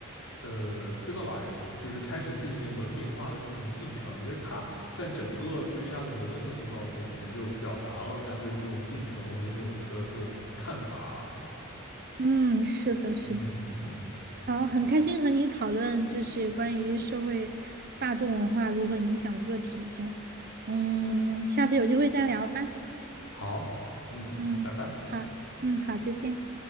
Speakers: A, on the left; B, on the right.
A: 呃 civilized，就是开始进行文明化的这么一种进程。其实他在整个对于亚瑟摩根的塑造中，其实就表达了他对这种进程或者说那种的这种看法。
B: 嗯，是的，是的。
A: 嗯，
B: 好，很开心和你讨论，就是关于社会大众文化如何影响个体。嗯，下次有机会再聊吧。
A: 好，嗯，
B: 嗯，
A: 拜拜。
B: 好，嗯，好，再见。